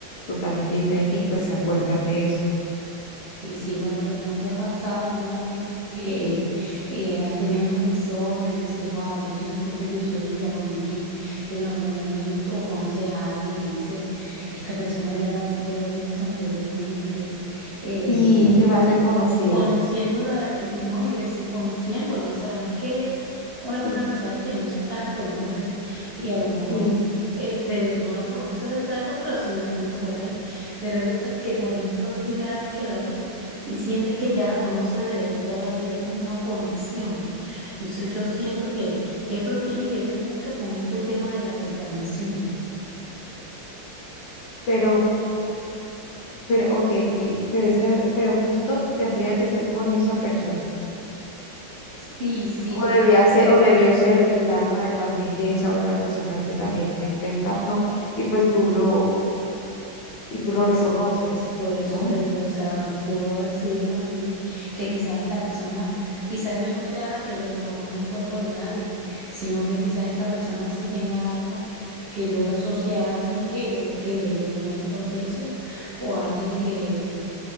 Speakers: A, on the left (about 70°); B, on the right (about 80°).
A: totalmente diferente y pues
B: Eh,
A: se acuerdan de eso.
B: Sí, sí, bueno, pero ¿no te ha pasado alguna vez que eh, has tenido un episodio y dices, wow, yo siento que este episodio ya lo viví en algún momento, o conoces a alguien y dices, esta persona ya la, ya la he visto anteriormente, eh,
A: sí se me hace
B: y,
A: conocida,
B: y conociéndola,
A: sí,
B: y- no, y recién conociéndola, o sea, no es que una persona,
A: sí,
B: pues sabes que hay muchas caras que uno ve y a lo mejor
A: sí,
B: este, no la conoces de trato, pero sí la has visto por ahí. Pero hay otras que, por ejemplo, es primera vez que la ves y sientes que ya la conoces de, de toda la vida, hay como una conexión. Entonces yo siento que, que esto tiene que ver mucho con este tema de la reencarnación.
A: pero, pero, ok, pero, ese, pero justo tendría que ser con esa persona.
B: Sí, sí,
A: O
B: yo digo
A: debía
B: que
A: ser, o debió ser el arma de también de esa otra persona que también reencarnó y pues tú lo, y
B: por
A: tú
B: eso,
A: lo reconoces,
B: por eso
A: ¿no?
B: te digo, o sea, pudo haber sido también que quizás esta persona, quizás yo no sea la que reencarnó en el cuerpo de nadie, sino que quizás esta persona sí tenga algo que yo la asocie a alguien que, que le tenía mucho aprecio o a alguien que